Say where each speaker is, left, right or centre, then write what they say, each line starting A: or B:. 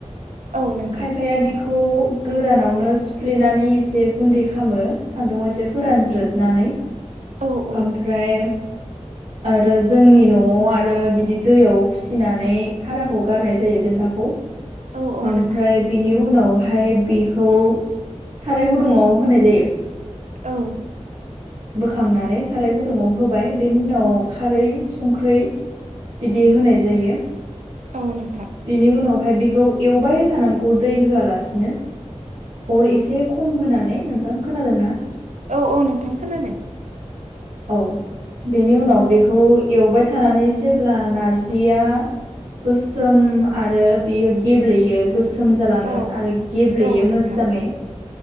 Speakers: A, on the right; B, on the right.
A: औ नोंथां
B: खायफाया बेखौ खौ गोरानावनो सिफ्लेनानै एसे गुन्दै खामो सान्दुंआव एसे फोरानज्रोदनानै
A: औ औ
B: ओमफ्राय आरो जोंनि न'आव आरो बिदि दैयाव फिसिनानै थाराखौ गारनाय जायो देथाखौ
A: औ
B: ओमफ्राय
A: नोंथां
B: बिनि उनावहाय बेखौ साराय गुदुङाव होनाय जायो
A: औ
B: बोखांनानै साराय गुदुव होबाय बेनि उनाव खारै संख्रै बिदि होनाय जायो
A: औ नोंथां
B: बिनि उनावहाय बेखौ एवबाय थानांगौ दै होआलासिनो अर एसे खम होनानै नोंथां खोनादों ना?
A: औ औ नोंथां खोनादों
B: औ बेनि उनाव बेखौ एवबाय थानानै जेब्ला नारजिया गोसोम आरो बियो गेब्लेयो गोसोम जालाङो
A: औ
B: आरो गेब्लेयो
A: औ नोंथां
B: मोजाङै।